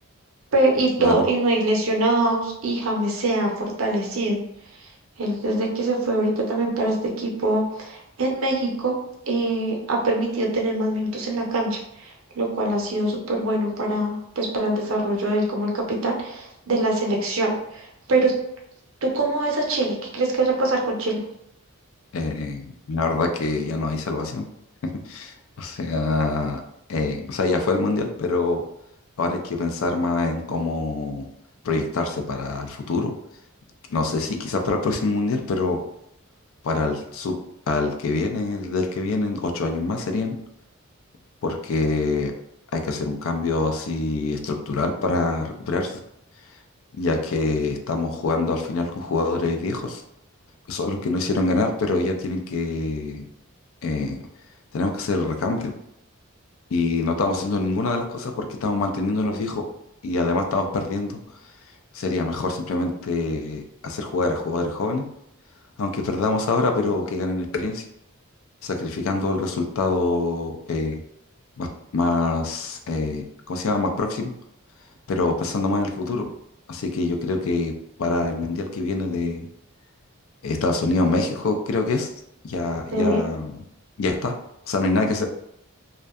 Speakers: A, on the right; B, on the left.
A: Pe- y, todo,
B: claro.
A: y no hay lesionados, y James se ha fortalecido. Él desde que se fue ahorita también para este equipo en México, eh, ha permitido tener más minutos en la cancha, lo cual ha sido súper bueno para, pues, para el desarrollo de él como el capitán de la selección. Pero, ¿tú cómo ves a Chile? ¿Qué crees que vaya a pasar con Chile?
B: Eh, la verdad que ya no hay salvación. O sea, eh, o sea, ya fue el mundial, pero ahora hay que pensar más en cómo proyectarse para el futuro. No sé si quizás para el próximo mundial, pero para el sub, al que viene, del que vienen, ocho años más serían, porque hay que hacer un cambio así estructural para recuperarse, ya que estamos jugando al final con jugadores viejos, que son los que no hicieron ganar, pero ya tienen que, eh, tenemos que hacer el recambio. Y no estamos haciendo ninguna de las cosas porque estamos manteniendo a los viejos y además estamos perdiendo. Sería mejor simplemente hacer jugar a jugadores jóvenes, aunque perdamos ahora, pero que ganen experiencia. sacrificando el resultado eh, más, más eh, ¿cómo se llama? Más próximo, pero pensando más en el futuro. Así que yo creo que para el mundial que viene de Estados Unidos, México, creo que es, ya, ya,
A: Sí.
B: ya está. O sea, no hay nada que hacer.